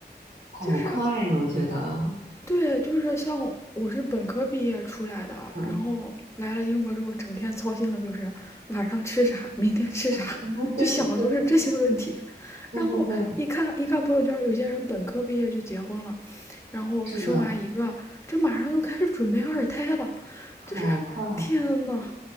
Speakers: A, on the right (about 85°); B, on the left (about 15°).
A: 好快呀，
B: 就是
A: 我觉得，
B: 对，就是像我是本科毕业出来的，
A: 嗯，
B: 然后来了英国之后，整天操心的就是晚上吃啥，明天吃啥，
A: <laughs> 对对对对对
B: 就想的都是这些问题。
A: 对对对。
B: 然后一看一看朋友圈，有些人本科毕业就结婚了，然后生完一个，
A: 是的，
B: 这马上又开始准备二胎了，
A: 好快！
B: 就是天呐，